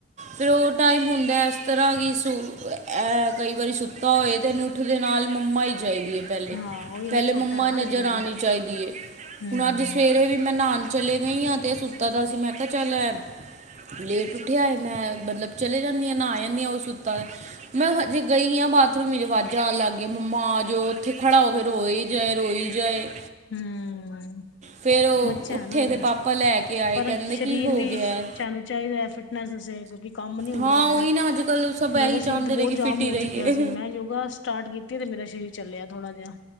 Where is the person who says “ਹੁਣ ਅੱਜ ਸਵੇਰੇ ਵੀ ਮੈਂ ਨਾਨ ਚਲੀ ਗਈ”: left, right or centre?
Right